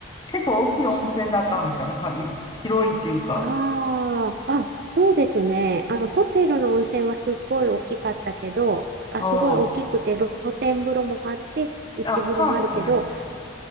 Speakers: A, on the left; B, on the right.
A: 結構大きい温泉だったんですかなんかい、広いっていうか。
B: ああ、あ、そうですね。あの、ホテルの温泉はすっごい大きかったけど、あ、
A: おー、
B: すごい大きくて、露露天風呂もあって、内風呂もあるけど、
A: あ、そうなんですね。